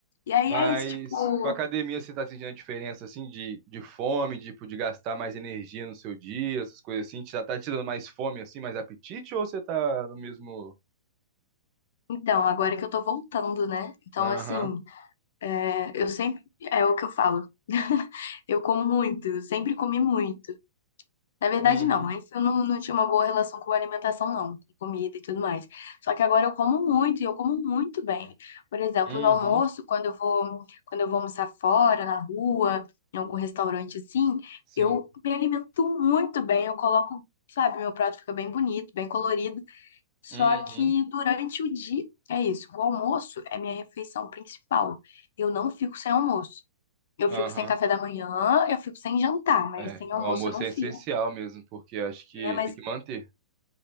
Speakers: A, on the left (about 55°); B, on the right (about 25°).
A: E aí
B: Mas
A: é isso, tipo,
B: com a academia você tá sentindo a diferença assim de, de fome, tipo, de gastar mais energia no seu dia, essas coisas assim? Já tá te dando mais fome assim, mais apetite, ou você tá no mesmo.
A: então, agora que eu tô voltando, né? Então,
B: Aham.
A: assim, é, eu sempre, é o que eu falo, eu como muito, eu sempre comi muito. Na verdade,
B: Uhum.
A: não. Antes eu não, não tinha uma boa relação com alimentação, não, com comida e tudo mais. Só que agora eu como muito e eu como muito bem. Por exemplo,
B: Uhum.
A: no almoço, quando eu vou, quando eu vou almoçar fora, na rua, em algum restaurante assim,
B: Sim.
A: eu me alimento muito bem. Eu coloco, sabe, meu prato fica bem bonito, bem colorido. Só
B: Uhum.
A: que durante o dia, é isso. O almoço é minha refeição principal. Eu não fico sem almoço. Eu
B: Aham.
A: fico sem café da manhã, eu fico sem jantar, mas
B: É,
A: sem almoço
B: o almoço
A: eu não
B: é
A: fico.
B: essencial mesmo, porque acho que
A: É, mas
B: tem que manter.